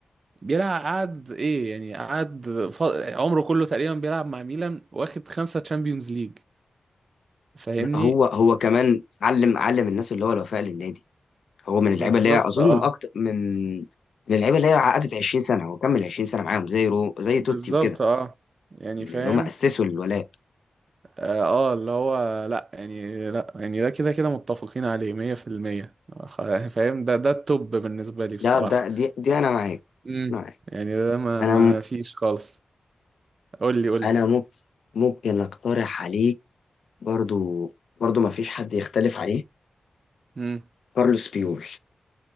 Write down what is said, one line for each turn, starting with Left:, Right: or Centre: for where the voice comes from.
Right: بيلعب قعد ايه يعني قعد ف... عمره كله تقريبا بيلعب مع ميلان واخد خمسة تشامبيونز ليج فاهمني
Left: لا هو هو كمان علم علم الناس اللي هو الوفاء للنادي هو من
Right: بالظبط
Left: اللعيبه اللي هي اظن
Right: اه
Left: من اكتر من من اللعيبه اللي هي عقدت 20 سنه هو كمل 20 سنه معاهم زي رو... زي
Right: بالظبط
Left: توتي وكده
Right: اه يعني
Left: من
Right: فاهم
Left: اللي هم اسسوا الولاء
Right: اه آه، اللي هو لا يعني لا يعني ده كده كده متفقين عليه 100% خ- فاهم ده ده التوب بالنسبة لي بصراحة
Left: ده ده دي دي انا معاك
Right: امم
Left: معاك
Right: يعني ده ما
Left: انا
Right: ما
Left: م-
Right: فيش خالص قول لي قول
Left: انا ممكن ممكن اقترح عليك برضو برضو ما فيش حد يختلف عليه
Right: لي
Left: كارلوس بيول